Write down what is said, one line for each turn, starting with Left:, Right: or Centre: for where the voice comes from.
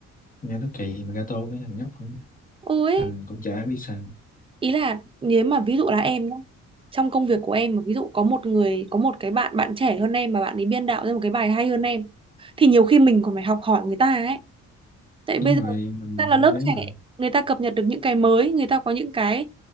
Left: nghe nó kỳ mà gato với thằng nhóc thôi nha
Right: ôi
Left: anh cũng chả biết sao
Right: ý là nếu mà ví dụ là em nhá, trong công việc của em mà ví dụ có một người có một cái bạn bạn trẻ hơn em mà bạn ấy biên đạo ra một cái bài hay hơn em thì nhiều khi mình còn phải học hỏi người ta ấy tại bây
Left: đúng
Right: giờ
Left: rồi mình
Right: ta là
Left: bé
Right: lớp trẻ
Left: mà
Right: người ta cập nhật được những cái mới người ta có những cái